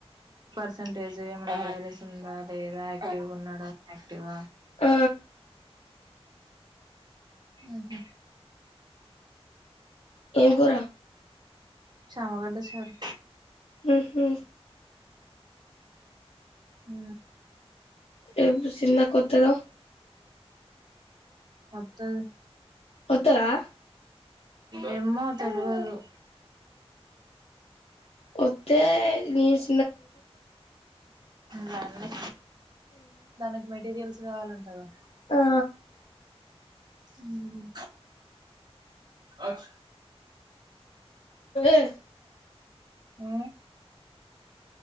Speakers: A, on the right; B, on the left.
A: పర్ంటేజ్ వైరస్ ఉందా లేదా యాక్టివ్ గ ఉన్నాడా యాక్టివ్
B: ఆ
A: ఆహ
B: ఏం కూర
A: చమగడ్డ చార్
B: ఉహు
A: ఉ
B: రేపు చిన్నక్క వత్తదా
A: వత్తది
B: వత్తదా
A: ఏమ్మో తెలవదు
B: వత్తే నీస్
A: దానివి దాని మెటీరియల్స్ కావాలంటగా
B: ఆ
A: ఉమ్ అచ్చ
B: ఏ
A: ఉ